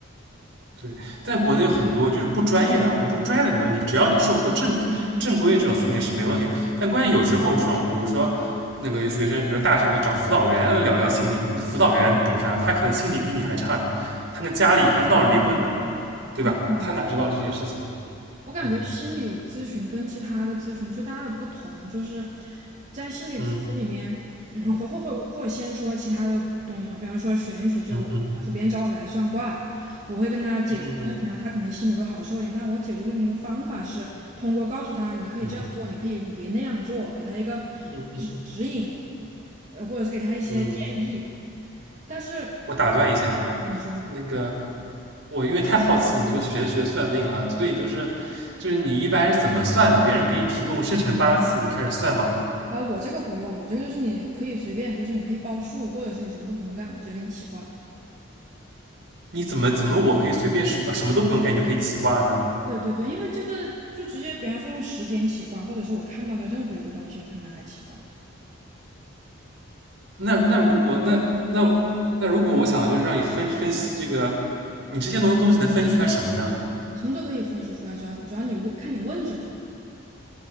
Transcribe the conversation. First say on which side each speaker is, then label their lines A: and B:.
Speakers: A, on the right; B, on the right.
A: 对。但国内有很多就是不专业的，我们说专业的没问题，只要你受过正正规这种训练是没问题。但关键有时候这种，比如说那个有学生，比如大学里面找辅导员聊聊心理，辅导员懂啥？他可能心理比你还差呢，他跟家里还闹离婚呢。对吧？
B: 嗯。
A: 他哪知道这些事情？
B: 我感觉心理咨询跟其他的咨询最大的不同，
A: 嗯
B: 就是在心理咨询里面，
A: 嗯
B: 嗯，或或或或先说其他的东西嘛，比方说玄学，就我比方说别人找我来算卦，
A: 嗯嗯嗯
B: 我会跟他解决问题，
A: 嗯嗯
B: 然后他可能心里会好受一点。但我解决问题的方法是通过告诉他，你可以这样做，
A: 嗯
B: 你可以你别那样做，给他一个指指引，
A: 嗯
B: 呃，或者是给他一些建议。
A: 嗯，
B: 但是，
A: 我打断一下啊，
B: 呃你说。
A: 那个我因为太好奇你这个玄学算命了，所以就是就是你一般是怎么算的？别人给你提供生辰八字，你开始算吗？
B: 啊，我这个不用，我这个就是你可以随便，就是你可以报数，或者是你什么都不用干，我直接给你起卦。
A: 你怎么怎么我可以随便什呃什么都不用干，你就可以起卦呢？
B: 对对对，因为这个就直接，比方说用时间起卦，或者是我看到的任何一个东西，我可以拿来起卦，
A: 那那如果那那那如果我想就是让你分分析这个，你这些东东西能分析出来什么呢？
B: 什么都可以分析出来，只要只要你问，看你问什么，